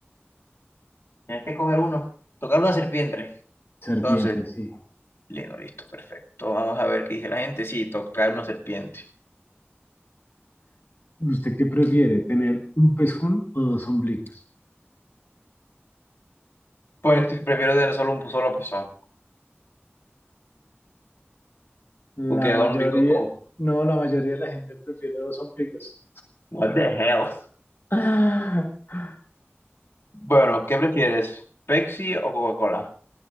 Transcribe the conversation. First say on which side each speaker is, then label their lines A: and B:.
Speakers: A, on the left; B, on the left.
A: Tienes que coger uno. Tocar una serpiente.
B: Serpiente,
A: Entonces,
B: sí.
A: lindo, listo, perfecto. Vamos a ver qué dice la gente. Sí, tocar una serpiente.
B: ¿Usted qué prefiere, tener un pezón o dos ombligos?
A: Pues prefiero tener solo un solo pezón.
B: La
A: Porque yo
B: mayoría,
A: digo como,
B: no, la mayoría de la gente prefiere dos ombligos.
A: what the hell?
B: <laughs>
A: Bueno, ¿qué prefieres? ¿Pepsi o Coca-Cola?